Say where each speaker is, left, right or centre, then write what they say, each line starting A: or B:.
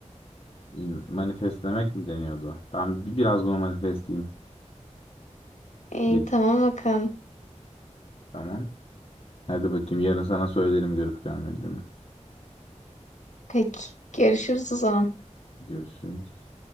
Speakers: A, on the left (about 55°); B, on the left (about 75°).
A: İn- manifestlemek mi deniyordu? Ben bi- biraz bunu manifestleyeyim.
B: İyi
A: Yedi-
B: tamam bakalım.
A: Tamam. Hadi bakayım yarın sana söylerim görüp görmediğimi.
B: Peki görüşürüz o zaman.
A: Görüşürüz.